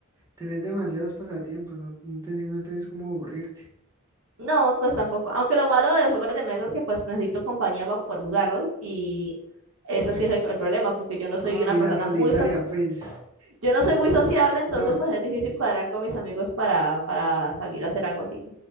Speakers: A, on the right; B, on the right.
A: tenés demasiados pasatiempos, no, no tenés, no tenés cómo aburrirte.
B: No, pues tampoco. Aunque lo malo de los juegos de mesa es que pues necesito compañía para poder jugarlos y eso sí es el, el problema porque yo no soy
A: Ah,
B: una
A: y
B: persona
A: la solitaria,
B: muy so-
A: pues,
B: yo no soy muy sociable, entonces
A: no.
B: pues es difícil cuadrar con mis amigos para, para salir a hacer algo así.